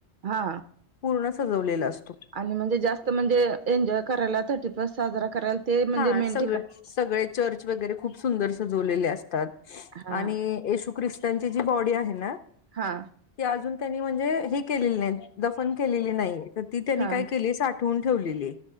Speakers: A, on the right; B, on the left.
A: हा
B: पूर्ण सजवलेला असतो.
A: आणि म्हणजे जास्त म्हणजे एन्जॉय करायला थर्टी फर्स्ट साजरा करायला ते म्हणजे
B: हा
A: मेन
B: सगळे
A: ठिकाण
B: सगळे चर्च वगैरे खूप सुंदर स जवलेले असतात.
A: हा
B: आणि येशू क्रिस्तनची जी बॉडी आहे ना.
A: हा
B: की अजून त्यांनी म्हणजे हे केलेली नाहीत. दफन केलेली नाही तर ती त्यांनी
A: हा
B: काय केली साठवून ठेवलेली.